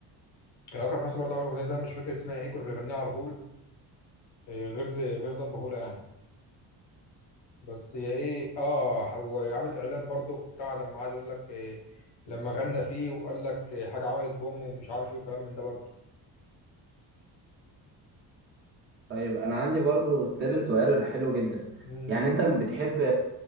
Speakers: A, on the left; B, on the right.
A: كان اكرم حسني برضه عامل اغنيه زمان مش فاكر اسمها ايه كنا بنغنيها على طول آه، غير زي غير زنبهولة يعني بس هي ايه اه هو عامل اعلان برضه بتاع لما قعد يقول لك إيه لما غنى فيه وقال لك إيه حاجه عملت بوم ومش عارف ايه وكلام من ده برضه
B: طيب انا عندي برضو ستيل سؤال حلو جدا
A: امم
B: يعني انت بتحب